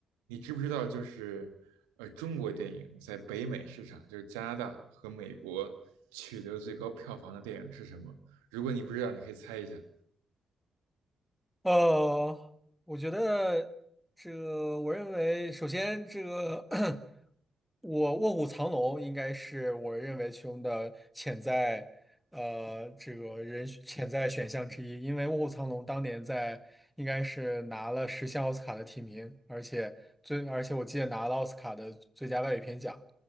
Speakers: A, on the right (about 80°); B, in the centre.
A: 你知不知道，就是呃，中国电影在北美市场，就是加拿大和美国取得最高票房的电影是什么？如果你不知道，你可以猜一下。
B: 呃，我觉得这个，我认为首先这个 <clears throat> 我卧虎藏龙应该是我认为其中的潜在呃这个人潜在选项之一，因为卧虎藏龙当年在应该是拿了十项奥斯卡的提名，而且最而且我记得拿了奥斯卡的最佳外语片奖，